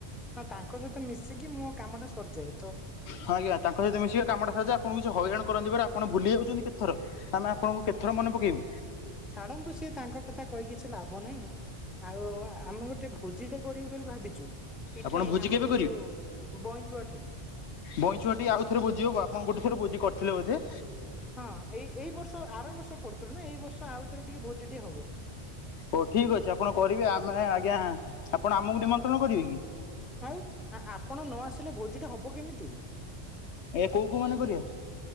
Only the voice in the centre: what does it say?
ହଁ ତାଙ୍କ ସହିତ ମିଶିକି ମୋ କାମ ଟା ସର୍ ଯାଏ।
କେତଥର
ମନେ ଛାଡନ୍ତୁ ସିଏ ତାଙ୍କ କଥା କହି କିଛି ଲାଭ ନାହିଁ ଆଉ ଆମେ ଗୋଟେ ଭୋଜିଟେ କରିବୁ ବୋଲି ଭାବିଚୁ ଇଠାଇଁ
ଆମର
ଯୋଉ ବଇଁଚୁଆ ଠି।
ହଁ ଏଇ ଏଇ ବର୍ଷ ଆର ବର୍ଷ କରୁଥୁଲୁ ନା ଏଇ ବର୍ଷ ଆଉ ଥରେ ଟିକେ ଭୋଜି ଟିଏ ହବ।
ଆଉ ଆ ଆପଣ ନ ଆସିଲେ ଭୋଜିଟା ହବ କେମିତି ।